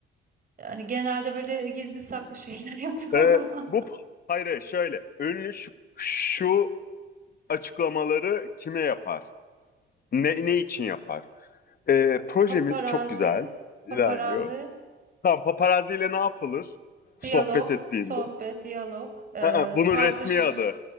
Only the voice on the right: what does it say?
yani genelde böyle gizli saklı şeyler <laughs> yapıyorlar
ama.
Paparazi,
paparazi,
diyalog,
sohbet, diyalog, ee,
tartışma.